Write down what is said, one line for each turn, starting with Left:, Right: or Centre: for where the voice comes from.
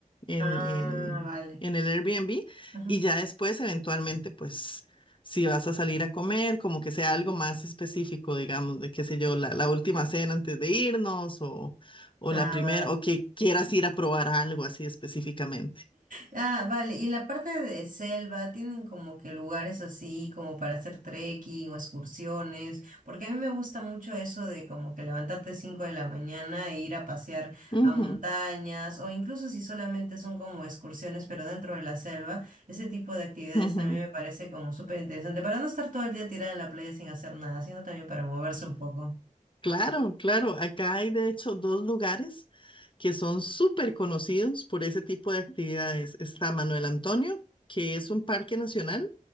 Left: en,
Right: ah,
Left: en,
Right: vale.
Left: en el Airbnb
Right: Ujú.
Left: y ya después eventualmente pues si vas a salir a comer, como que sea algo más específico, digamos, de qué sé yo, la, la última cena antes de irnos o, o
Right: Ah,
Left: la primera,
Right: vale.
Left: o que quieras ir a probar algo así específicamente.
Right: Ah, vale. Y en la parte de selva tienen como que lugares así como para hacer trekking o excursiones, porque a mí me gusta mucho eso de como que levantarte 5 de la mañana e ir a pasear
Left: Ujú,
Right: a montañas o incluso si solamente son como excursiones pero dentro de la selva, ese tipo de actividades
Left: ujú.
Right: Mm. también me parece como súper interesante para no estar todo el día tirada en la playa sin hacer nada, sino también para moverse un poco.
Left: Claro, claro, acá hay de hecho dos lugares que son súper conocidos por ese tipo de actividades. Está Manuel Antonio, que es un parque nacional